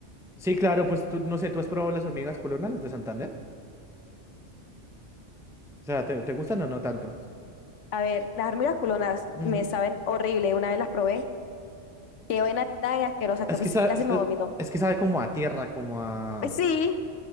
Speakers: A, in the centre; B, on the left.
A: Sí, claro, pues tú, no sé, ¿tú has probado las hormigas culonas, las de Santander? O sea, ¿te, te gustan o no tanto?
B: A ver, las hormigas culonas
A: Ujú.
B: me saben horrible. Una vez las probé. Qué vaina tan asquerosa, casi,
A: Es que sabe,
B: casi
A: es,
B: me
A: es-
B: vomito.
A: es que sabe como a tierra, como a...
B: Pues sí,